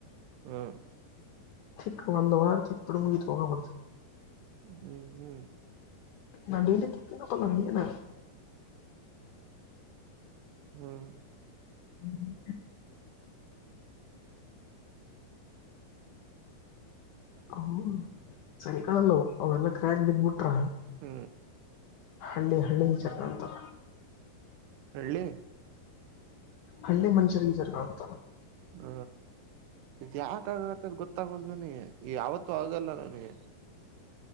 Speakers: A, on the right (about 85°); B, on the left (about 75°).
A: ಹ್ಮ್
B: ಚಕ್ಕ ಬಂದು ಬಾರತಿ ಎಪ್ಪಡ ಉರ್ ಪೋಗಪ
A: ಹ್ಮ್ ಹ್ಮ್
B: ನಾ ಡೈಲಿ ತಪ್ಪ ನಿನ
A: ಹ್ಮ್
B: ಹ್ಮ್ ಹ್ಮ್ ಹ ಸರಿ ಕಾಣಲ್ಲ ಅವೆಲ್ಲ ಕ್ರ್ಯಾಕ್ ಬಗ್ಬಿಟ್ರ
A: ಹ್ಮ
B: ಹಳ್ಳಿ ಹಳ್ಳಿ ಚರ್ ಅಂತರ
A: ಹಳ್ಳಿ
B: ಹಳ್ಳಿ ಮನುಷ್ಯ ಜರ ಕಾಣ್ತ
A: ಹ್ಮ ಇದು ಯಾಕಾಗತ್ತ ಅ ಗೊತ್ತಾಗಲ್ ನನಗೆ ಯಾವತ್ತುೂ ಆಗಲ್ಲ ನನಗೆ